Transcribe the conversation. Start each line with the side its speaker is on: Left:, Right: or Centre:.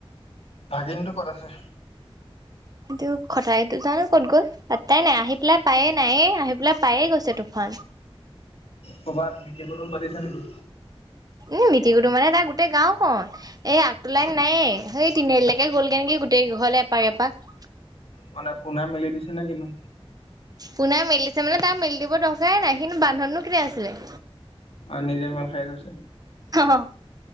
Left: ভাগিনতটো ক'ত আছে?
Right: সটো খটাইতো জানো ক'ত গ'ল পাতটাই নাই আহি পেলাই পায়ে নাইে আহি পেলাই পায়ে গৈছে তুফান।
Left: কবাত <unintelligible> পাতিছে নেকি।
Right: উ, মিটিৰ কুটোম মানে তাৰ গোটেই গাঁওখন। এই আগত লাইন নাইে সেই তিনিআলি লৈকে গ'ল কে নেকি গোটেই ঘৰলে এপাক এপাক
Left: মানে পুনে মেলি দিছে নে কি নো
Right: পোনাই মেলিছে মানে তাৰ মেলি দিব দৰকাৰাইে নাই কিন্তু বান্ধনো কেতিয়া আছিলে।
Left: অ', নিজে মান খাই গৈছে।
Right: অহ।